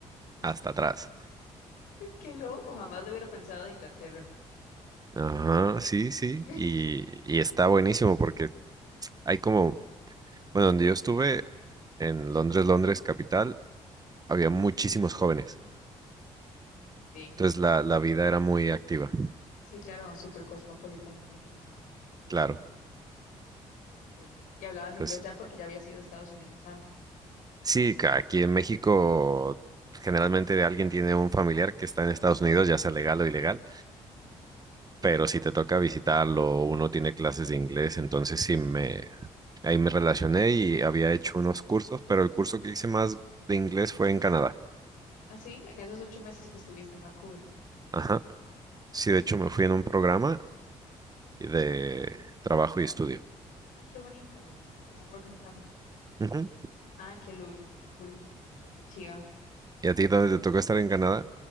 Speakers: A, on the right (about 30°); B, on the left (about 85°).
A: hasta atrás.
B: Qué loco, jamás lo hubiera pensado de Inglaterra.
A: Ajá, sí, sí,
B: <laughs>
A: y, y está buenísimo porque hay como Bueno, donde yo estuve, en Londres, Londres capital, había muchísimos jóvenes.
B: Mm, Bien.
A: Entonces la, la vida era muy activa,
B: Sí, claro, súper cosmopolita, me imagino. Con mucha
A: claro.
B: gente. Cool. Y hablabas inglés
A: Pues,
B: ya porque ya habías ido a Estados Unidos antes.
A: sí, ca- aquí en México generalmente alguien tiene un familiar que está en Estados Unidos, ya sea legal o ilegal,
B: Ujú.
A: pero si te toca visitarlo, uno tiene clases de inglés, entonces sí me, ahí me relacioné y había hecho unos cursos, pero el curso que hice más de inglés fue en Canadá.
B: Ah, sí, en esos ocho meses que estuviste en Vancouver.
A: Ajá. Sí,
B: Mm.
A: de hecho me fui en un programa de trabajo y estudio.
B: Ay, qué bonito. Como un work and travel.
A: Ujú.
B: Ah, qué lul, qué cool, súper chiva.
A: ¿Y a ti dónde te tocó estar en Canadá?